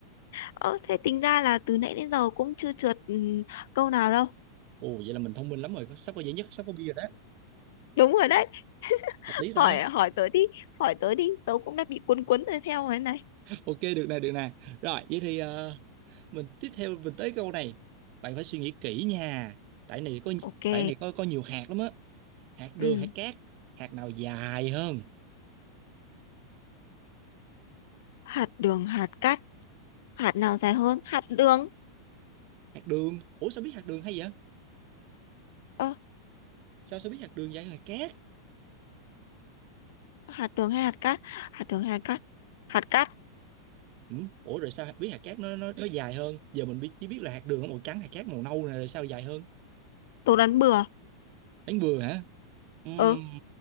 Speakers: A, on the left (about 55°); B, on the right (about 40°).
A: ờ, thế tính ra là từ nãy đến giờ cũng chưa trượt ừ, câu nào đâu
B: ồ vậy là mình thông minh lắm rồi sắp có giải nhất sắp có bi rồi đó
A: đúng rồi đấy
B: hợp lý ta
A: hỏi hỏi tớ đi hỏi tớ đi tớ cũng đã bị cuốn cuốn rồi theo thế này
B: ok được nè được nè rồi vậy thì ờ, mình tiếp theo mình tới câu này bạn phải suy nghĩ kỹ nha tại này có
A: ok
B: tại này có có nhiều hạt lắm á hạt đường
A: ừ
B: hạt cát hạt nào dài hơn
A: hạt đường hạt cát hạt nào dài hơn hạt đường
B: hạt đường ủa sao biết hạt đường hay vậy
A: ờ
B: sao sao biết hạt đường dài hơn hạt cát
A: hạt đường hay hạt cát hạt đường hay hạt cát hạt cát
B: Ừ. Ủa rồi sao biết hạt cát nó nó nó dài hơn? Giờ mình biết chỉ biết là hạt đường nó màu trắng, hạt cát màu nâu này rồi sao dài hơn?
A: tớ đoán bừa
B: Đánh bừa hả? Ừm,
A: ờ